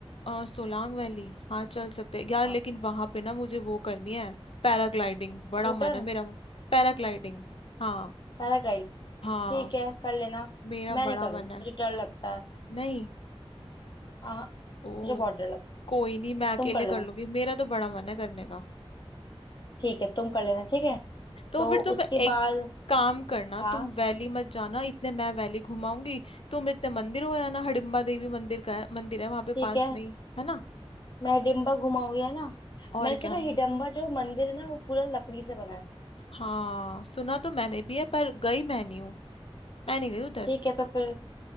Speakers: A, on the left; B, on the left.
A: अ, सोलांग वैली हाँ चल सकते हैं यार
B: हाँ
A: लेकिन वहां पे ना मुझे वो करनी है पैराग्लाइडिंग बड़ा
B: Scooter
A: मन है मेरा पैराग्लाइडिंग हाँ
B: paragliding
A: हाँ
B: ठीक है कर लेना
A: मेरा
B: मैं
A: बड़ा
B: नहीं करूँगी
A: मन है
B: मुझे डर लगता है
A: नहीं
B: आह, मुझे
A: ओ
B: बहुत डर लगता है
A: कोई नहीं मैं अकेले
B: तुम कर लेना
A: कर लूंगी मेरा तो बड़ा मन है करने का
B: ठीक है तुम कर लेना ठीक है
A: तो
B: तो
A: फिर तुम
B: उसके
A: एक
B: बाद
A: काम करना
B: हाँ
A: तुम वैली मत जाना इतने मैं वैली घुमाऊंगी तुम इतने मंदिर हो आना हडिम्बा देवी मंदिर का है, मंदिर है वहां पे
B: ठीक
A: पास
B: है
A: में ही है ना
B: मैं हिडिम्बा घुमाऊंगी है ना
A: और
B: मैंने सुना
A: क्या
B: हिडम्बा जो मंदिर है ना वो पूरा लकड़ी से बना है
A: हाँ सुना तो मैंने भी है पर गई मैं नहीं हूँ मैं नहीं गई उधर
B: ठीक है तो फिर